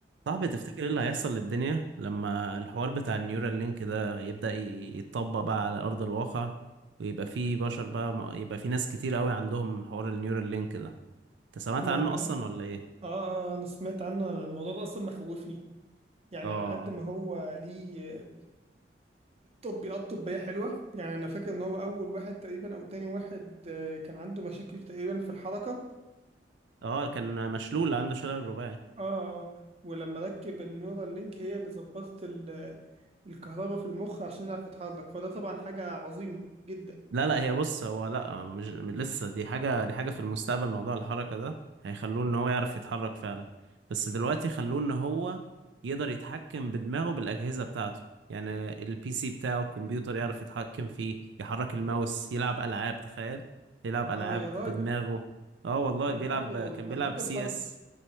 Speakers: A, on the right; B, on the right.
A: صعب تفتكر ايه اللي هيحصل للدنيا لما الحوار بتاع النيورال لينك ده يبدأ ي- يتطبق بقى على أرض الواقع ويبقى فيه بشر بقى م- يبقى فيه ناس كتير قوي عندهم حوار النيورال لينك ده انت سمعت
B: يعني
A: عنه اصلا ولا ايه
B: اه آه، انا سمعت عنه أنا الموضوع ده اصلا مخوفني يعني
A: اه
B: على قد ما هو ليه تطبيقات طبية حلوة يعني انا فاكر ان هو اول واحد تقريبا او تاني واحد آه، كان عنده مشاكل تقريبا في الحركة
A: اه كان مشلول عنده شلل رباعي
B: اه اه ولما ركب النيورال لينك هي اللي ظبطت ال- الكهرباء في المخ عشان يعرف يتحرك فده طبعا حاجة عظيمة جدا
A: لا لا هي بص هو لا مش لسه دي حاجة دي حاجة في المستقبل موضوع الحركة ده هيخلوه ان هو يعرف يتحرك فعلا بس دلوقتي خلوه ان هو يقدر يتحكم بدماغه بالأجهزة بتاعته يعني البي سي بتاعه الكمبيوتر يعرف يتحكم فيه يحرك الماوس يلعب ألعاب تخيل يلعب ألعاب
B: اه يا راجل
A: بدماغه اه والله
B: انا
A: بيلعب
B: فاكره والله
A: كان بيلعب
B: انا فاكره
A: سي
B: اتحرك
A: اس